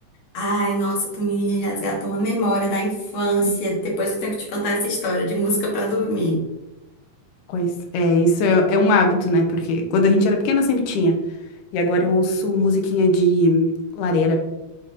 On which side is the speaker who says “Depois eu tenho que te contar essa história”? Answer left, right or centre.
Left